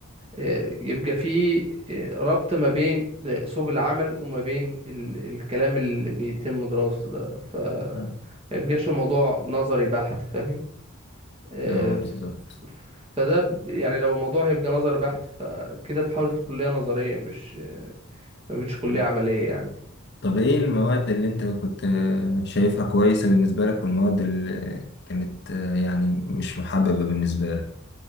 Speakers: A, on the right (about 25°); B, on the left (about 50°).
A: آه، يبقى في آه، ربط ما بين آه، سوق العمل وما بين ال- الكلام اللي بيتم دراسته ده ف
B: مم.
A: ما يبقاش الموضوع نظري بحت فاهم آه،
B: اه
A: ف-
B: بالظبط
A: ف- فده ب- يعني لو الموضوع هيبقى نظري بحت فكده تحول لكلية نظرية مش ما بقتش كلية
B: مم.
A: عملية يعني
B: طب ايه المواد اللي انت كنت آه، شايفها كويسة بالنسبة لك والمواد اللي كانت آه، يعني مش محببة بالنسبة لك